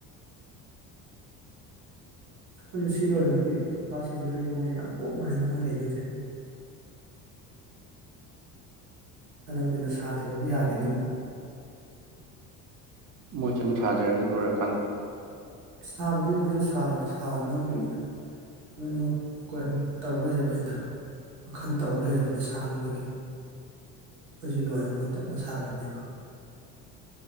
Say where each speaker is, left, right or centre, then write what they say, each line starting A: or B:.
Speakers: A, on the right; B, on the right.
A: ꯑꯩꯈꯣꯏꯁꯨ ꯁꯤ ꯂꯣꯏꯔꯒꯗꯤ ꯀꯥ ꯁꯟꯖꯤꯠ ꯍꯣꯏꯁꯨ ꯃꯣꯏꯁꯨ ꯌꯥꯝ ꯀꯣꯝꯃꯅꯤꯅ ꯃꯣꯏ ꯂꯩꯗꯣꯏꯁꯦ ꯐꯅ ꯀꯨꯏꯅ ꯁꯥꯗꯕꯕꯨ ꯌꯥꯒꯤꯅꯤ ꯃꯣꯏ
B: ꯃꯣꯏ ꯌꯨꯝ ꯁꯥꯖꯔꯅꯤ ꯂꯣꯏꯔꯀꯥꯟꯗ
A: ꯁꯥꯕꯨꯗꯤ ꯃꯣꯏꯁꯨ ꯁꯥꯔ ꯁꯥꯔꯅꯕꯒꯤ ꯂꯣꯏꯅꯃꯛ ꯀꯩꯅꯣ ꯇꯧꯔ ꯂꯩꯔꯕꯅꯤꯗ ꯋꯥꯈꯜ ꯇꯧ ꯂꯩꯔꯕꯅꯤ ꯁꯥꯅꯕꯒꯤ ꯑꯩꯈꯣꯏꯁꯦ ꯂꯣꯏꯔ ꯃꯣꯏ ꯇꯞꯅ ꯁꯥꯔꯛꯑꯅꯤꯕ